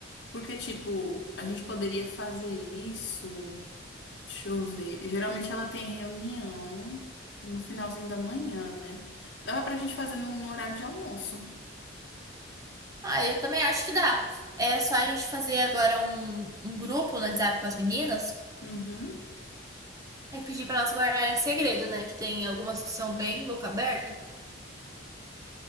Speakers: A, on the left; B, on the right.
A: Porque, tipo, a gente poderia fazer isso. Deixa eu ver. Geralmente ela tem reunião no finalzinho da manhã, né? Dava pra gente fazer no, no horário de almoço.
B: Ah, eu também acho que dá. É só a gente fazer agora um, um grupo no WhatsApp com as meninas
A: Uhum.
B: e pedir para elas guardarem segredo, né? Que tem algumas que são bem boca aberta.